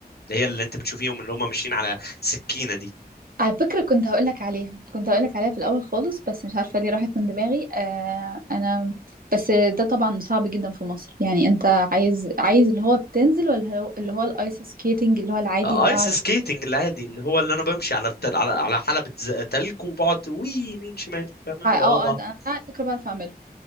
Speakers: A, on the left (about 75°); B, on the right (about 60°).
A: اللي هي اللي أنت بتشوفيهم اللي هم ماشيين على سكينة دي
B: على فكرة كنت هقولك عليها كنت هقولك عليها في الأول خالص بس مش عارفة ليه راحت من دماغي آه أنا بس ده طبعا صعب جدا في مصر يعني أنت عايز عايز اللي هو بتنزل ولا هو- اللي هو الآيس سكيتنج اللي هو العادي
A: ايس
B: اللي هو على
A: سكيتنج العادي اللي هو اللي انا بمشي على التل... على على حلبة ز- تلج وبقعد وي يمين شمال فاهمة
B: اه
A: اللي
B: اه
A: هو اقعد
B: أنا
A: أعط-
B: أنا على فكرة بعرف أعمله